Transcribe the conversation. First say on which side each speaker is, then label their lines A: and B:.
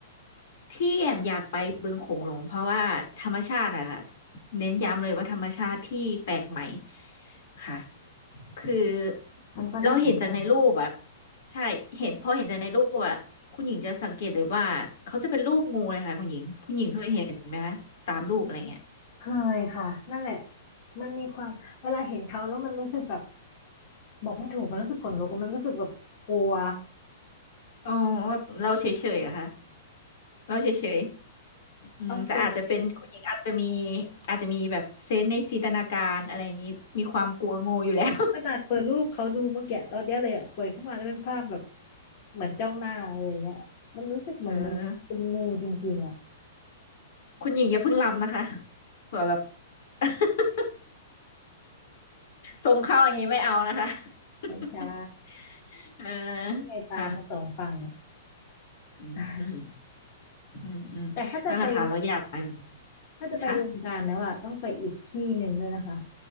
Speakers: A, on the left (about 65°); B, on the left (about 45°).
A: ที่แอมอยากไปบึงโขงหลงเพราะว่าธรรมชาติอะค่ะเน้นย้ำเลยว่าธรรมชาติที่แปลกใหม่ค่ะคือ
B: มันก็น่าสนใจ
A: เราเห็นจากในรูปอะใช่เห็นพอเห็นจากในรูปอะคุณหญิงจะสังเกตเลยว่าเขาจะเป็นรูปงูเลยค่ะคุณหญิงคุณหญิงเคยเห็นไหมคะตามรูปอะไรเงี้ย
B: เคยค่ะนั่นแหละมันมีความเวลาเห็นเขาแล้วมันรู้สึกแบบบอกไม่ถูกมันรู้สึกขนลุกมันรู้สึกแบบกลัว
A: อ๋อเราเฉยๆอะค่ะ เราเฉยๆอืมแต่อาจจะเป็นคุณหญิงอาจจะมี
B: เอาตรงเลย
A: อาจจะมีแบบเซนส์ในจินตนาการอะไรอย่างนี้ มีความกลัวงูอยู่แล้ว
B: ขนาดเปิดรูปเขาดูเมื่อกี้ตอนเนี้ยเลยอ่ะเปิดขึ้นมาแล้วเป็นภาพแบบเหมือนจ้องหน้าเลยอย่างเงี้ยมันรู้สึกเหมือนมันเป็นงูจริงๆอ่ะ
A: <laughs> เออคุณหญิงอย่าเพิ่งลำนะคะเผื่อแบบ <laughs> ทรงเข้าอย่างนี้ไม่เอานะคะ <laughs>
B: ไม่ใช่
A: เออ
B: ที่ไงตาเขาสองฝั่งเนี่ย
A: ค่ะอืมอืม
B: <laughs>
A: อืมอืมนั่นแหละค่ะเราอยากไป
B: แต่ถ้าจะไปถ้าจะไปบึงกาฬแล้วอ่ะต้องไปอีกที่หนึ่งด้วยนะคะ
A: ค่ะ